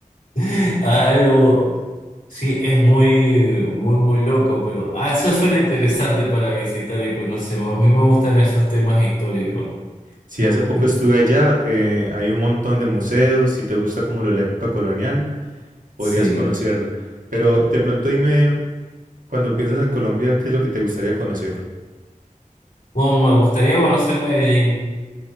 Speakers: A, on the left; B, on the right.
A: <laughs> algo. Sí, es muy, muy, muy loco, pero ah, eso suena interesante para visitar y conocer. A mí me gustan esos temas históricos,
B: sí,
A: más
B: hace poco
A: que.
B: estuve allá, eh, hay un montón de museos, si te gusta como lo de la época colonial, podrías
A: Sí.
B: conocerlo. Pero de pronto dime, cuando piensas en Colombia, ¿qué es lo que te gustaría conocer?
A: Bueno, me gustaría conocer Medellín,